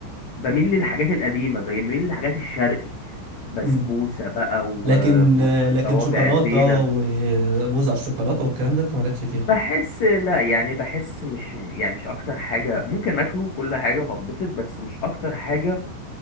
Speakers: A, on the left; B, on the right.
A: بميل للحاجات القديمة بميل للحاجات الشرقي
B: <laughs>
A: بسبوسة
B: أمم.
A: بقى و...
B: لكن
A: و... وصوابع
B: لكن شوكولاته
A: زينب
B: وموز على الشوكولاته والكلام ده انت مالكش فيه خالص
A: بحس لا يعني بحس مش يعني مش اكتر حاجة ممكن اكله كل حاجة وهبسط بس مش اكتر حاجة